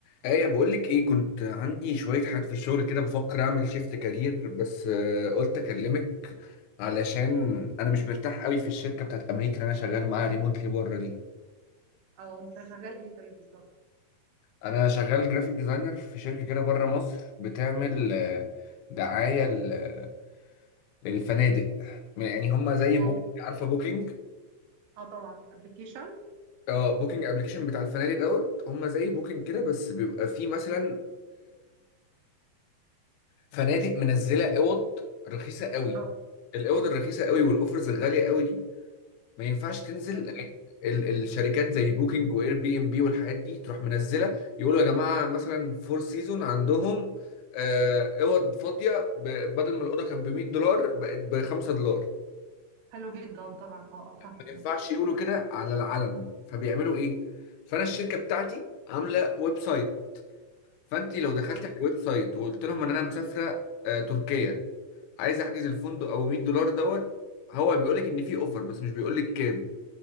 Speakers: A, on the left; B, on the right.
A: ايه بقول لك ايه كنت عندي شويه حاجات في الشغل كده بفكر اعمل شيفت كارير بس آه، قلت اكلمك علشان انا مش مرتاح قوي في الشركه بتاعت امريكا اللي انا شغال معاها ريموتلي بره دي
B: او انت شغال ايه طيب بالظبط
A: انا شغال جرافيك ديزاينر في شركه كده بره مصر بتعمل آه، دعايه ل- للفنادق يعني هم زي
B: اه
A: بوكينج عارفه بوكينج
B: اه طبعا ابلكيشن
A: اه بوكينج ابلكيشن بتاع الفنادق دوت هم زي بوكينج كده بس بيبقى فيه مثلا فنادق منزله اوض رخيصه قوي
B: اه
A: الاوض الرخيصه قوي والاوفرز الغاليه قوي دي ما ينفعش تنزل
B: حلو أوي.
A: ال- الشركات زي بوكينج واير بي ام بي والحاجات دي تروح منزله يقولوا يا جماعه مثلا فور سيزون عندهم آه، اوض فاضيه ب- بدل ما الاوضه كان ب 100 دولار بقت ب 5 دولار
B: حلو جدا طبعا اه اه فاهمه
A: ما ينفعش يقولوا كده على العلن فبيعملوا ايه فانا الشركه بتاعتي عامله ويب سايت فانت لو دخلتي
B: اه
A: على الويب سايت وقلت لهم ان انا مسافره آه، تركيا عايز احجز الفندق ابو 100 دولار دوت هو بيقول لك ان في اوفر بس مش بيقول لك كام